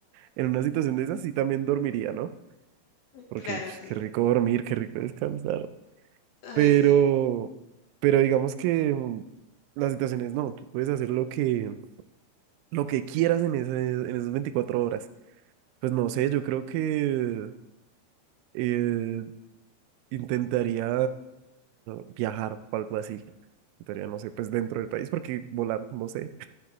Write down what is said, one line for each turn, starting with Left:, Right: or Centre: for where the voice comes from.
Right: en una situación de esas sí también dormiría, ¿no? Porque
Left: Claro,
Right: pf,
Left: sí.
Right: qué rico dormir, qué rico descansar.
Left: Ay,
Right: Pero,
Left: sí.
Right: pero digamos que mm, las situaciones no, tú puedes hacer lo que lo que quieras en ese- en esas 24 horas. Pues no sé, yo creo que eh, intentaría viajar o algo así. Intentaría, no sé, pues dentro del país, porque volar, no sé.